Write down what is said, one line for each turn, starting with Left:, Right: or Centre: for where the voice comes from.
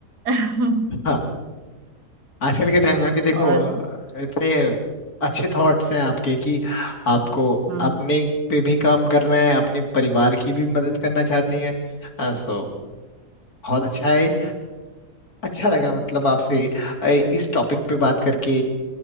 Right: <laughs>
Left: हाँ। आजकल के टाइम में भी देखो
Right: और
Left: अ, इतने अच्छे थॉट्स हैं आपके कि आपको
Right: हाँ
Left: अपने पे भी काम करना है अपने परिवार की भी मदद करना चाहती हैं सो बहुत अच्छा है अच्छा लगा मतलब आपसे अ, इस टॉपिक पे बात करके